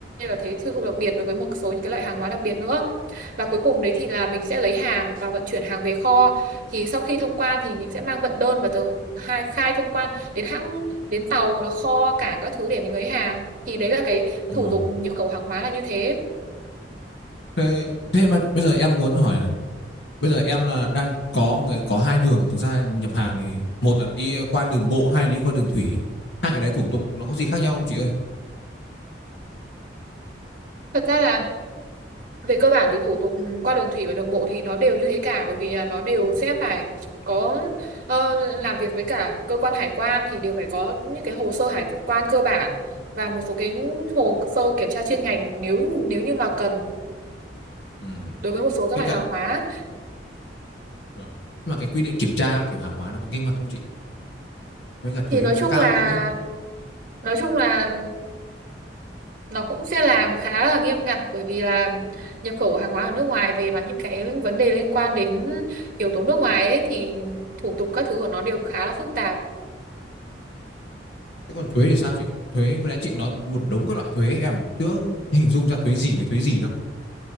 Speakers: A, on the right; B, on the left.
A: và thuế tiêu thụ đặc biệt đối với một số những cái loại hàng hóa đặc biệt nữa và cuối cùng đấy thì là mình sẽ lấy hàng và vận chuyển hàng về kho thì sau khi thông quan thì mình sẽ mang vận đơn và tờ khai khai thông quan đến hãng đến tàu hoặc là kho cảng các thứ để mình lấy hàng thì đấy là cái
B: vâng.
A: thủ tục nhập khẩu hàng hóa là như thế
B: Thế, thế mà bây giờ em muốn hỏi bây giờ em là đang có người có hai đường thực ra nhập hàng thì một là đi qua đường bộ hai là đi qua đường thủy hai cái đấy thủ tục nó có gì khác nhau không chị ơi
A: thật ra là Về cơ bản thì thủ tục ừ, qua đường thủy và đường bộ thì nó đều như thế cả bởi vì là nó đều sẽ phải có ờ, làm việc với cả cơ quan hải quan thì đều phải có những cái hồ sơ hải quan cơ bản và một số cái hồ sơ kiểm tra chuyên ngành nếu nếu như mà cần
B: ừ.
A: đối với một số các
B: với
A: loại
B: cả
A: hàng hóa
B: vâng. mà cái quy định kiểm tra kiểu hàng hóa nó có nghiêm ngặt không chị với cả thuế
A: thì nói
B: nó có
A: chung
B: cao
A: là
B: không ấy
A: nói chung là nó cũng sẽ làm khá là nghiêm ngặt bởi vì là nhập khẩu hàng hóa ở nước ngoài về mà những cái vấn đề liên quan đến yếu tố nước ngoài ấy thì thủ tục các thứ của nó đều khá là phức tạp
B: thế còn thuế thì sao chị thuế vừa nãy chị nói một đống các loại thuế em chưa hình dung ra thuế gì với thuế gì đâu